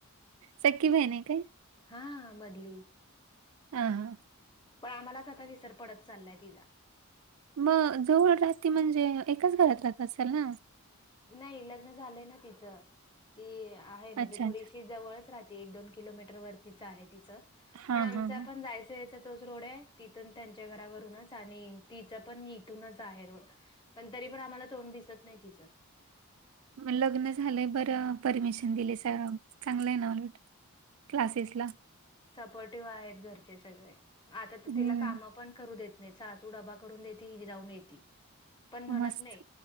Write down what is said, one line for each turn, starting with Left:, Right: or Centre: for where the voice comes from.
Right: सक्की बहीण आहे काय?
Left: हा, मधली.
Right: हा हां.
Left: पण आम्हालाच आता विसर पडत चाललाय तिचा.
Right: मग जवळ राहती म्हणजे, एकाच घरात राहत असाल ना?
Left: नाही लग्न झालंय ना तिचं, ती आहे म्हणजे
Right: अच्छा
Left: थोडीशी
Right: अच्छा.
Left: जवळच राहते एक-दोन किलोमीटर वरतीच आहे तिच,
Right: हा
Left: पण आमच
Right: हा हा.
Left: पण जायचं तिचा तोच रोड आहे. तिथ त्यांच्या घरावरूनच आणि तिचा पण इथूनच आहे रोड. पण तरी पण आम्हाला तोंड दिसत नाही तिचं.
Right: मग लग्न झालंय बरं, परमिशन दिलिसा, चांगलं आहे ना उलट. क्लासेस ला.
Left: सपोर्टिव्ह आहेत घरचे सगळे, आता तर
Right: हम्म
Left: तिला काम पण करू देत. सासू डबा करून देती, हि जाऊन येती, पण म्हणत
Right: मस्त.
Left: नाही.